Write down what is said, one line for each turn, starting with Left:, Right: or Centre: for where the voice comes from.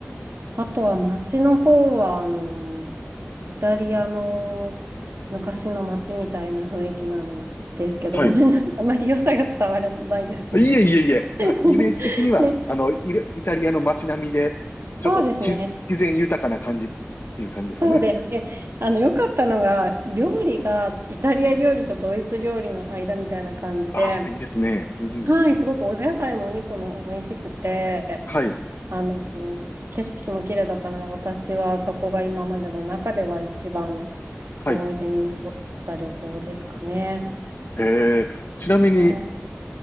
Right: あとは街の方は、あの、イタリアの昔の街みたいな雰囲気なんですけど、
Left: はい。
Right: ごめんなさい。あまり良さが伝わらないですね。
Left: いえいえいえ、なんかイメージ的には、
Right: <laughs> で、
Left: あの、イライタリアの街並みで、ちょっとし自然豊かな感じっていう感じですかね。
Right: そうですね。そうです。で、あの、良かったのが、料理がイタリア料理とドイツ料理の間みたいな感じで、
Left: ああ、いいですね。うん。
Right: はい、すごくお野菜もお肉も美味しくて、
Left: はい。
Right: あの、景色も綺麗だったので、私はそこが今までの中では一番
Left: はい。
Right: 思い出に残った旅行ですかね。
Left: えー、ちなみに
Right: はい。